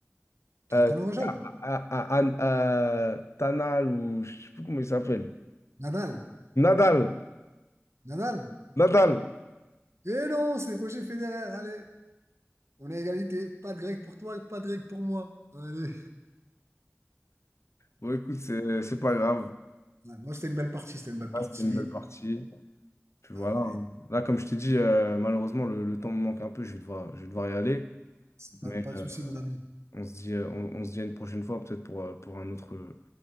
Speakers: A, on the right; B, on the left.
A: Tu
B: euh,
A: donnes ta langue au chat ou pas?
B: à- à- à- euh, Tanal ou je sais plus comment il s'appelle.
A: Nadal.
B: Nadal.
A: Nadal.
B: Nadal.
A: Eh non, c'est Roger Federer. Allez, on est à égalité. Pas de grec pour toi, pas de grec pour moi. Allez.
B: Bon, écoute, c'est c'est pas grave.
A: Ouais, moi, c'était une belle partie. C'était une belle
B: Ah,
A: partie.
B: c'était une belle partie. Puis voilà.
A: Ah,
B: hein.
A: et
B: Là, comme je t'ai dit, euh, malheureusement, le, le temps me manque un peu. Je vais devoir, je vais devoir y aller.
A: c'est pas,
B: Mais
A: pas de
B: euh,
A: souci, mon ami.
B: on se dit, euh, on, on se dit à une prochaine fois, peut-être pour, euh, pour un autre, euh,